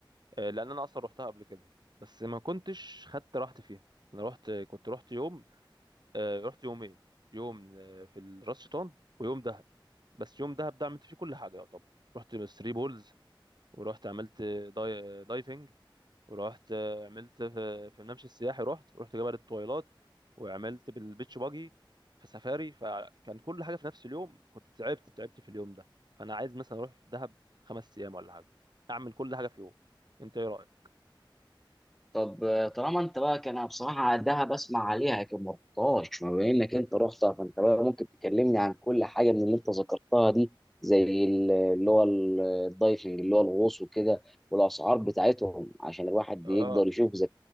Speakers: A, on the right; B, in the centre.
A: آه، لان انا اصلا روحتها قبل كده بس ما كنتش خدت راحتي فيها انا رحت كنت رحت يوم آه، رحت يومين يوم آه، في راس شيطان ويوم دهب بس يوم دهب ده عملت فيه كل حاجه يعتبر رحت ثري بولز ورحت عملت داي... دايفنج ورحت آه، عملت في, في الممشى السياحي رحت ورحت جبل الطويلات وعملت بالبيتش باجي في سفاري فكان كل حاجه في نفس اليوم كنت تعبت تعبت في اليوم ده فانا عايز مثلا اروح دهب خمس ايام ولا حاجه اعمل كل حاجه في يوم انت ايه رايك
B: طب آه، طالما انت بقى كان أنا بصراحه ده بسمع عليها لكن ما رحتهاش ما بما انك انت رحتها فانت بقى ممكن تكلمني عن كل حاجه من اللي انت ذكرتها دي زي ال- اللي هو ال- الدايفنج اللي هو الغوص وكده والاسعار بتاعتهم عشان الواحد
A: اه
B: يقدر يشوف اذا